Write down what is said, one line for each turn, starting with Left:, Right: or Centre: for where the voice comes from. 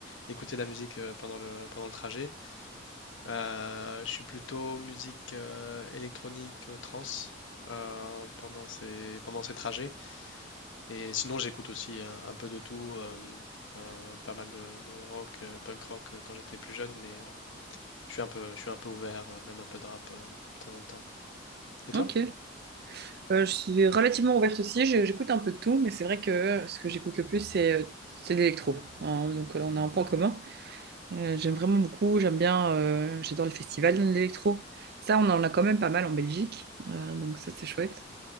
Left: écouter la musique euh, pendant le, pendant le trajet. Euh, je suis plutôt musique euh, électronique euh, trance euh, pendant ces, pendant ces trajets. Et sinon, j'écoute aussi un, un peu de tout, euh, euh, pas mal de, de rock, euh, punk rock euh, quand j'étais plus jeune, mais. Je suis un peu, je suis un peu ouvert, euh, même un peu de rap euh, de temps en temps. Et toi?
Right: Ok. Euh, je suis relativement ouverte aussi, Je- j'écoute un peu de tout, mais c'est vrai que ce que j'écoute le plus, c'est euh, c'est de l'électro. Hein, donc là, on a un point commun. Euh, j'aime vraiment beaucoup, j'aime bien, euh, j'adore les festivals d'électro. Ça, on en a quand même pas mal en Belgique, Euh, donc ça, c'est chouette.